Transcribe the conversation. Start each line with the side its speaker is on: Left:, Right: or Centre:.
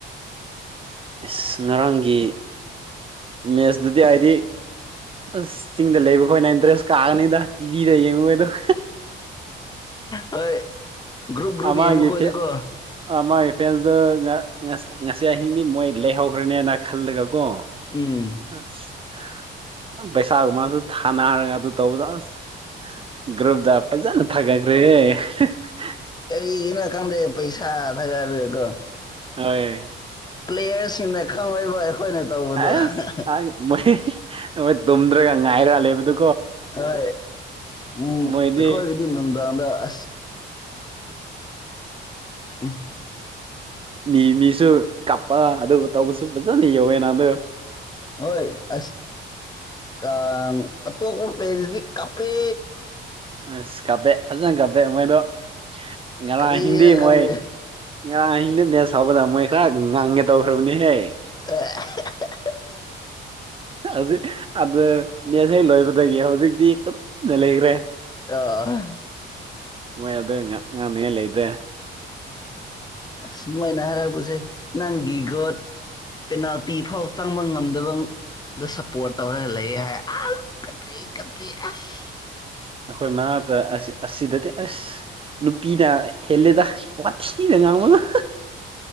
Right: ꯏꯁ ꯉꯔꯥꯡꯒꯤ ꯃꯦꯠꯁꯇꯨꯗꯤ ꯑꯩꯗꯤ ꯑꯁ ꯆꯤꯡꯗ ꯂꯩꯕꯈꯣꯏꯅ ꯏꯟꯇꯔꯦꯁ ꯀꯥꯒꯅꯤꯗ ꯇꯤꯚꯤꯗ ꯌꯦꯡꯕꯗꫭ
Left: ꯍꯣꯏ ꯒ꯭ꯔꯨꯞ ꯒ꯭ꯔꯨꯞ
Right: ꯑꯃꯒꯤ
Left: ꯌꯦꯡꯕ ꯈꯣꯏꯗꯀꯣ
Right: ꯐꯦꯛ ꯑꯃꯒꯤ ꯐꯦꯟꯗꯨꯅ ꯉ ꯉꯁꯤ ꯑꯍꯤꯡꯗꯤ ꯃꯣꯏ ꯂꯩꯍꯧꯔꯅꯦꯅ ꯈꯜꯂꯒꯀꯣ
Left: ꯎꯝ
Right: ꯑꯁ ꯄꯩꯁꯥꯒꯨꯝꯕꯗꯨ ꯊꯥꯅꯔꯒ ꯑꯗꯨ ꯇꯧꯕꯗꯣ ꯑꯁ ꯒ꯭ꯔꯨꯞꯗ ꯐꯖꯅ ꯊꯥꯒꯠꯈ꯭ꯔꯦꯍꯦ <unintelligible>
Left: ꯀꯔꯤꯒꯤꯅꫭ ꯈꯪꯗꯦ ꯄꯩꯁꯥ ꯊꯥꯒꯠꯂꯤꯗꯣ
Right: ꯍꯣꯏ
Left: ꯄ꯭ꯂꯦꯌꯔꯁꯤꯡꯅ ꯈꯪꯔꫭꯏꯕ ꯑꯩꯈꯣꯏꯅ ꯇꯧꯕꯗꯣ
Right: ꯑꯁ
Left: <unintelligible>
Right: ꯀꯥꯏ ꯃꯣꯏ <unintelligible> ꯇꯨꯝꯗ꯭ꯔꯒ ꯉꯥꯏꯔ ꯂꯩꯕꯗꯨ
Left: ꯍꯣꯏ ꯎꯝ
Right: ꯃꯣꯏꯗꯤ
Left: ꯑꯩꯈꯣꯏꯒꯤꯗꯤ ꯅꯨꯡꯗꯥꯡꯗ <unintelligible> ꯎꯝ
Right: ꯃꯤ ꯃꯤꯁꯨ ꯀꯞꯄ ꯑꯗꯨꯒ ꯇꯧꯕꯁꯨ ꯐꯖꯅ ꯌꯥꯎꯋꯦ ꯅꯍꯥꯟꯗꯨ
Left: ꯍꯣꯏ ꯑꯁ ꯀꯥꯡ ꯑꯇꯣꯞꯄ <unintelligible> ꯀꯞꯄꯦ
Right: ꯑꯁ ꯀꯞꯄꯦ ꯐꯖꯅ ꯀꯞꯄꯦ ꯃꯣꯏꯗꯣ ꯉꯔꯥꯡ
Left: ꯀꯔꯤꯔ
Right: ꯍꯤꯟꯗꯤ
Left: ꯈꯪꯗꯦ
Right: ꯃꯣꯏ ꯉꯔꯥꯡ <unintelligible> <unintelligible> ꯃꯣꯏ ꯈꯔ ꯉꯥꯡꯒꯦ ꯇꯧꯈ꯭ꯔꯕꯅꯤꯍꯦ
Left: <unintelligible> <inaudible>
Right: ꯍꯧꯖꯤꯛ ꯑꯗꯨ ꯃꯦꯁ ꯍꯦꯛ ꯂꯣꯏꯕꯗꯒꯤ ꯍꯧꯖꯤꯛꯇꯤ ꯇꯨꯃꯤꯟꯅ ꯂꯩꯒ꯭ꯔꯦ
Left: <unintelligible>
Right: ꯃꫭꯏ ꯑꯗꯨ ꯉ ꯉꯥꯡꯅꯤꯡꯉꯥꯏ ꯂꯩꯇ꯭ꯔꯦ
Left: ꯑꯁ ꯃꯣꯏꯅ ꯍꯥꯏꯔꯛꯄꯁꯦ ꯅꯪꯒꯤ ꯒꯣꯠ ꯄꯦꯅꯥꯜꯇꯤ ꯐꯥꯎ ꯆꯪꯕ ꯉꯝꯗꯕ ꯗꫭ ꯁꯞꯄꯣꯔꯠ ꯇꯧꯔꯒ ꯂꯩꯌꯦ ꯍꯥꯏꯌꯦ ꯑꯥꯁ ꯀꯞꯄꯦ ꯀꯞꯄꯦ ꯑꯥꯁ
Right: ꯑꯈꯣꯏ ꯃꯅꯥꯛꯇ ꯑꯁꯤ ꯑꯁꯤꯗꯤ ꯑꯁ ꯅꯨꯄꯤꯅ ꯍꯦꯜꯂꯤꯗ ꯋꯥꯊꯤꯗ ꯉꯥꯡꯕꯗꯣ <unintelligible>